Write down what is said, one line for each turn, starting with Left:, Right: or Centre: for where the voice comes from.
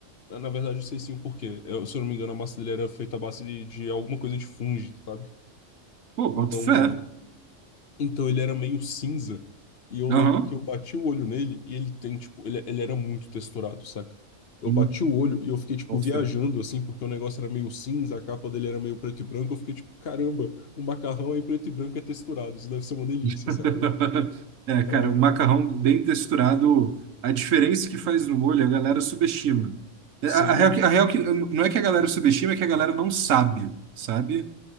Left: ah, Na verdade, eu sei sim o porquê. Eu, se eu não me engano, a massa dele era feita à base de, de alguma coisa de fungo, sabe?
Right: Pô, boto
Left: Então.
Right: fé.
Left: Então ele era meio cinza. E eu
Right: Aham.
Left: lembro que eu bati o olho nele e ele tem, tipo, ele, ele era muito texturado, saca? Eu
Right: Hum,
Left: bati o olho e eu fiquei, tipo,
Right: Boto
Left: viajando,
Right: fé.
Left: assim, porque o negócio era meio cinza, a capa dele era meio preto e branco. Eu fiquei, tipo, caramba, o macarrão aí preto e branco é texturado, isso deve ser uma delícia,
Right: <laughs>
Left: sacou?
Right: É, cara,
Left: É,
Right: o macarrão bem texturado, a diferença que faz no molho, a galera subestima. É,
Left: sim.
Right: A, a real, que- a real que não é que a galera subestima, é que a galera não sabe, sabe?